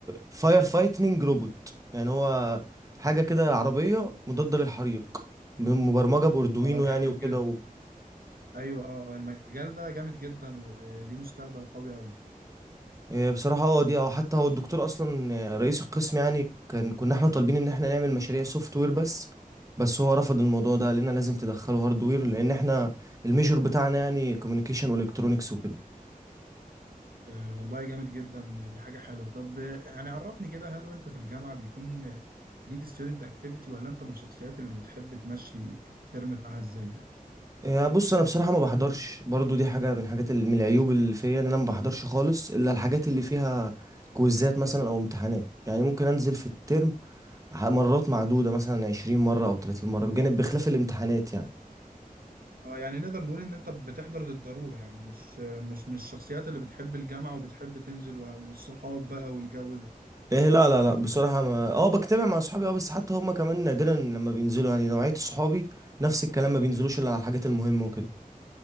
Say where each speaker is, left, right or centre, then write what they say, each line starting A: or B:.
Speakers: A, on the right; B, on the right.
A: فاير فايتنج روبوت يعني هو حاجه كده عربيه مضاده للحريق مبرمجه باردوينو
B: اه
A: يعني
B: جامد
A: وكده
B: جدا ايوه اه آه، المجال ده جامد جدا وليه مستقبل قوي قوي
A: إيه بصراحة هو دي اه حتى هو الدكتور أصلا آه، رئيس القسم يعني كان كنا احنا طالبين إن احنا نعمل مشاريع سوفت وير بس بس هو رفض الموضوع ده قال لنا لازم تدخلوا هاردوير لأن احنا الميجور بتاعنا يعني كوميونيكيشن والكترونكس وكده
B: آه والله جامد جدا دي حاجة حلوة طب آه، يعني عرفني كده هل وانت في الجامعة بيكون ليك ستودنت اكتيفيتي ولا انت من الشخصيات اللي بتحب تمشي الترم بتاعها ازاي يعني؟
A: إيه بص أنا بصراحة ما بحضرش برضو دي حاجة من حاجات من العيوب اللي فيا إن أنا ما بحضرش خالص إلا الحاجات اللي فيها كويزات مثلا أو امتحانات يعني ممكن أنزل في الترم ح- مرات معدودة مثلا 20 مرة أو 30 مرة بجانب بخلاف الامتحانات يعني
B: اه يعني نقدر نقول ان انت بتحضر للضرورة يعني مش مش مش الشخصيات اللي بتحب الجامعة وبتحب تنزل وه- والصحاب بقى والجو ده
A: ايه لا لا لا بصراحة ما اه بجتمع مع صحابي اه بس حتى هما كمان نادرا لما بينزلوا يعني نوعية صحابي نفس الكلام ما بينزلوش الا على الحاجات المهمة وكده